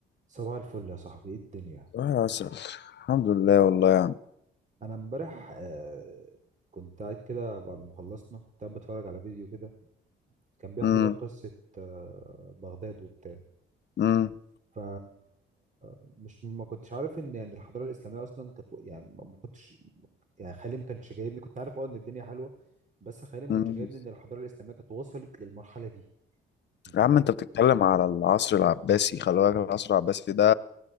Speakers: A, on the right (about 40°); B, on the left (about 60°).
A: صباح الفل يا صاحبي ايه الدنيا
B: صباح العسل الحمد لله والله يا عم
A: انا امبارح آه كنت قاعد كده بعد ما خلصنا كنت قاعد بتفرج على فيديو كده كان بيحكي
B: امم
A: بقى قصة آه بغداد وبتاع
B: امم
A: ف مش ما كنتش عارف ان يعني الحضارة الإسلامية اصلا كانت يعني ما ما كنتش يعني خيالي ما كانش جايبني كنت عارف اه ان الدنيا حلوة بس خيالي ما
B: أمم.
A: كانش جايبني ان الحضارة الإسلامية كانت وصلت للمرحلة دي انت
B: يا
A: فاهم
B: عم انت بتتكلم على العصر العباسي خلي بالك العصر العباسي ده